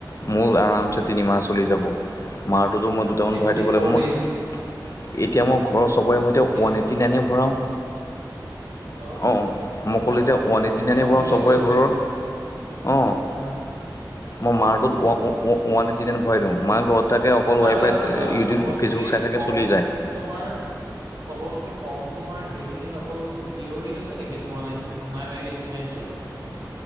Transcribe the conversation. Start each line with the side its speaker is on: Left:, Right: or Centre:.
Left: মোৰ আৰামছে তিনিমাহ চলি যাব মাৰটোতো মই দুটামান
Right: এইট্টি
Left: ভৰাই থাকিবলৈাগ
Right: ফ'ৰ
Left: মোক
Right: ডেইজ।
Left: এতিয়া মই ঘৰৰ চবৰে মতিয়া ওৱান
Right: তিনিমাহ
Left: এইট্টি নাইনে ভৰাওঁ
Right: অ'
Left: আহ
Right: সেইটো
Left: মকল
Right: ভাল
Left: এতিয়া
Right: কৰা
Left: ৱানি তিনিনি
Right: মই
Left: বৰা
Right: সেইটোৱে
Left: চবৰে
Right: কৰিব
Left: ঘৰৰ
Right: লাগিব
Left: অ
Right: উম।
Left: মই মাৰটোত ওৱান এইটটি নাইন ভৰাই দিওঁ মাৰ ঘৰত থাকে অকল
Right: আৰু
Left: ৱাইফাইত
Right: এটা কথা
Left: ইউটিউব
Right: চবতকে
Left: ফেচবুক চাই থাকে
Right: কম
Left: চলি যায়
Right: তোমাৰ চবতকে কম তোমাৰ হেৰি অকল জিঅৰী আছে নেকি তো